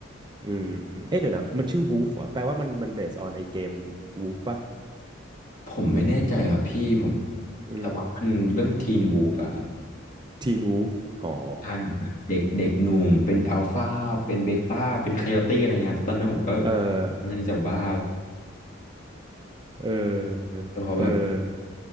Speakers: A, on the right (about 20°); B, on the left (about 40°).
A: อืมเอ๊ะเดี๋ยวนะ มันชื่อ Wolf เหรอแปลว่ามันมัน based on ไอเกม Wolf ป่ะ
B: ผมไม่แน่ใจครับพี่ผม
A: อืม
B: แต่ว่ามันเรื่องทีนวูฟอะครับ
A: Teen Wolf อ๋อ
B: ใช่ครับแบบเด็กเด็กหนุ่มเป็นอัลฟาเป็นเบต้าเป็นไคโอตี้อะไรเงี้ยครับตอนนั้นผมก็
A: เออ
B: ค่อนข้างที่จะบ้า
A: เออเออ
B: แต่พอแบบ